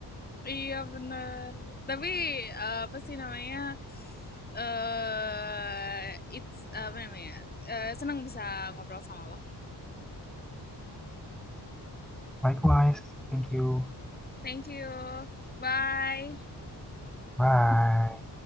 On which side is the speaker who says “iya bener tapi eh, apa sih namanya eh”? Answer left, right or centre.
Left